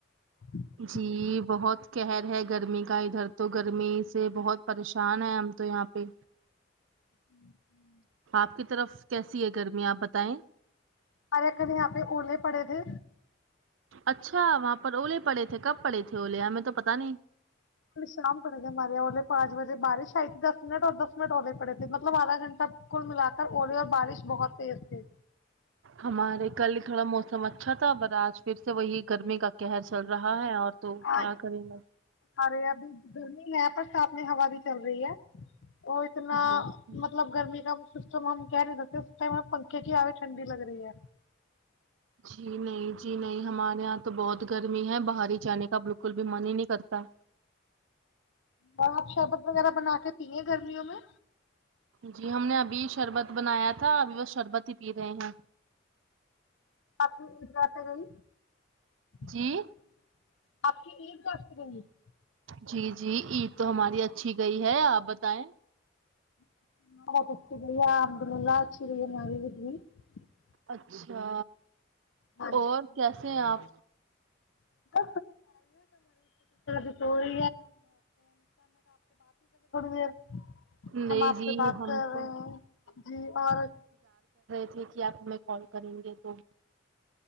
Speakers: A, on the left (about 70°); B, on the right (about 75°).
A: <inaudible>
B: جی بہت قہر ہے گرمی کا ادھر تو گرمی سے بہت پریشان ہے ہم تو یہاں پہ
A: ہ ہوں <inaudible>
B: آپ کی طرف کیسی ہے گرمی آپ بتائیں
A: ارے کل یہاں پہ اونے پڑے تھے
B: اچھا وہاں پر اولے پڑے تھے کب پڑے تھے اولے ہمیں تو پتا نہیں
A: پ شام پڑے گ ہمارے اورے پانچ بجے بارش آئی دس منٹ اور دس منٹ ہوے پڑے تھے مطلب آدھا گھنٹہ کل ملا اولی اور بارش بہت تیز تھی
B: ہمارے کل تھوڑا موسم اچھا تھا پر آج پھر سے وہی گرمی کا قہر چل رہا ہے اور تو
A: اا
B: کیا کریں بس
A: ارے ابھی گرمی ہے برسات میں ہوا بھی چل رہی ہے وہ اتنا
B: جی
A: مطلب گرمی کا اس ہم کہہ رہ اس <inaudible> ٹھنڈی لگ رہی ہے
B: جی نہیں جی نہیں ہمارے یہاں تو بہت گرمی ہے باہر ہی جانے کا بالکل بھی من ہی نہیں کرتا
A: اور آپ شربت وغیرہ بنا کے پیے گرمیوں میں
B: جی ہم نے ابھی شربت بنایا تھا ابھی وہ شربت ہی پی رہے ہیں
A: آ اس جاہ سے گئی
B: جی
A: <inaudible> آپ کی عید کر کر رہیں گی <inaudible>
B: جی جی عید تو ہماری اچھی گئی ہے آپ بتائیں
A: <inaudible>
B: اچھا
A: بس
B: اور کیا سے آپ
A: <inaudible> ے تھوڑی دیر
B: نہیں
A: ہم آپ
B: جی
A: سے بات
B: ہم
A: کر
B: تو
A: رہے ہیں جی اور
B: یے کہ آپ ہمیں کال کریں گے تو